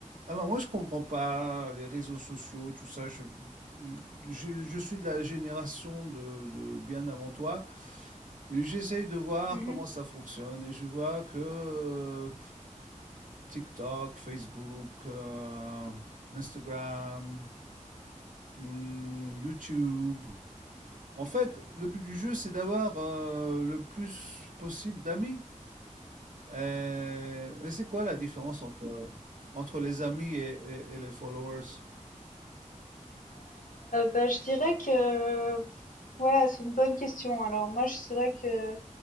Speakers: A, on the right; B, on the left.
A: Alors moi je comprends pas les réseaux sociaux, tout ça. Je, je, je suis de la génération de, de bien avant toi. Et J'essaye de voir
B: Mmh
A: comment
B: mh.
A: ça fonctionne et je vois que euh, TikTok, Facebook, euh, Instagram, hmm, YouTube. En fait, le but du jeu c'est d'avoir euh, le plus possible d'amis. Et, et c'est quoi la différence entre, entre les amis et et- et les followers?
B: bah, je dirais que ouais, c'est une bonne question. Alors moi, je c'est vrai que